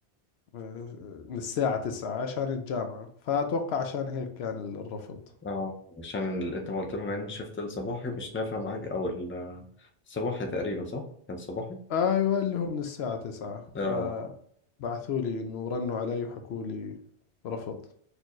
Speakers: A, on the left; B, on the left.
A: آه، من الساعة 9 عشان الجامعة فأتوقع عشان هيك كان ال- الرفض
B: اه عشان ال- انت ما قلت لهم ان شفت الصباحي مش نافع معاك او ال- الصباحي تقريبا صح؟ كان صباحي؟
A: أيوة اللي هو من الساعة 9
B: اه
A: فبعثوا لي إنه رنوا علي وحكوا لي رفض